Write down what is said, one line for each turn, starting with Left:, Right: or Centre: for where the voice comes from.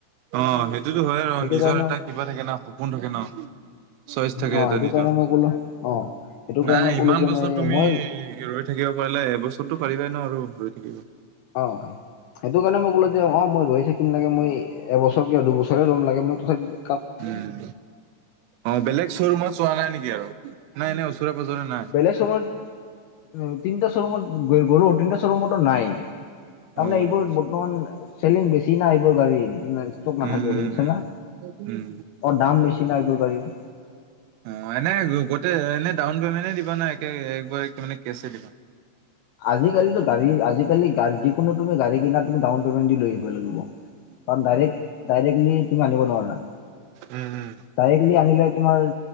Right: অ', সেইটোতো হয় আৰু,
Left: সেইটো
Right: নিজৰ
Left: কাৰণে
Right: এটা কিবা থাকে ন, সপোন থাকে ন। চইচ থাকে
Left: অ
Right: এটা
Left: সেইটো
Right: নিজৰ,
Left: কাৰণে মই ক'লো অ সেইটো কাৰণে
Right: নাই
Left: ক'লো
Right: ইমান
Left: যে
Right: বছৰ
Left: মই
Right: তুমি
Left: মই
Right: ৰৈ থাকিব পাৰিলে, এবছৰটো পাৰিবাই ন আৰু ৰৈ থাকিব।
Left: অ', সেইটো কাৰণে মই ক'লো যে, অ', মই ৰৈ থাকিম লাগে, মই এবছৰ কিয় দুবছৰ ৰম লাগে, মই তথাপিওঁ
Right: উম, অ', বেলেগ শ্ব'ৰুমত চোৱা নাই নেকি আৰু? নাই এনেই ওচৰে পাজৰে নাই।
Left: বেলেগ শ্বৰুমত, তিনিটা শ্বৰুমত গ'লো, তিনিটা শ্বৰুমতো নাই। তাৰমানে
Right: অ'
Left: এইবোৰ বৰ্তমান চেলিং বেছি না, এইবোৰ গাড়ীৰ। স্তক নাথাকে
Right: উম, উম,
Left: বুজিছে না,
Right: উম। উম,
Left: অ', দাম বেছি না‌ এইবোৰ গাড়ীৰ।
Right: অ', এনে গোটেই, এনে ডাউন পেমেণ্টেই দিবা নে, একে একবাৰ মানে কেছে দিবা।
Left: আজিকালিটো গাড়ী, আজিকালি যিকোনো তুমি গাড়ী কিনা, তুমি ডাউন পেমেণ দি লৈ আহিব লাগিব, কাৰণ ডাইৰেক্ট, ডাইৰেক্টলি তুমি আনিব নোৱাৰা।
Right: উম, উম,
Left: ডাইৰেক্টলি আনিলে তোমাৰ